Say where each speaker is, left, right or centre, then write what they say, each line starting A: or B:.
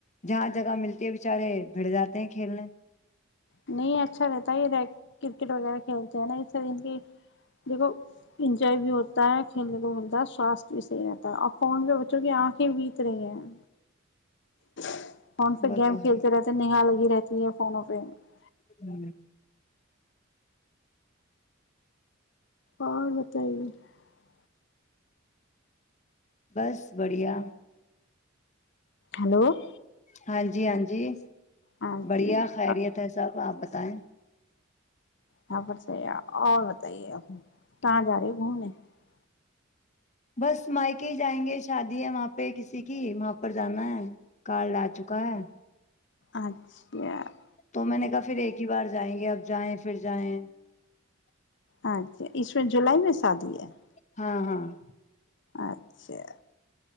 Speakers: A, on the left; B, on the left.
A: جہاں جگہ ملتی ہے بیچارے بھڑ جاتے ہیں کھیلنے <unintelligible>
B: نہیں اچھا رہتا ہے یہ کرکٹ وغیرہ کھیلتے ہیں نہ اس سے ان کے دیکھو انجوائے بھی ہوتا ہے کھیلنے کو ملتا ہے سواستھ بھی صحیح رہتا ہے اور فون پہ بچوں کی آنکھیں بیت رہی ہیں <unintelligible> فون سے
A: وہ
B: گیم
A: تو
B: کھیلتے
A: ہے
B: رہتے نیہا لگی رہتی <unintelligible> یہ فونوں پہ <unintelligible>
A: ہوں <unintelligible>
B: اور بتائیے <unintelligible>
A: بس بڑھیا <unintelligible>
B: ہلو <unintelligible>
A: ہاں جی ہاں جی <unintelligible>
B: ہاں
A: بڑھیا
B: جی یہاں
A: خیریت ہے سب آپ بت <unintelligible> تائیں <unintelligible>
B: یہاں پر صحی ہے اور بتائیے کہاں جا رہے گھومنے <unintelligible>
A: بس مائیکے ہی جائیں گے شادی ہے وہاں پہ کسی کی وہاں پر جانا ہے کارڈ آ چکا ہے <unintelligible>
B: اچھا <unintelligible>
A: تو میں نے کہا پھر ایک ہی بار جائیں گے اب <unintelligible> جائیں پھر جائیں <unintelligible>
B: اچھا اس وقت جولائی میں <unintelligible> شادی ہے <unintelligible>
A: ہاں ہاں <unintelligible>
B: اچھا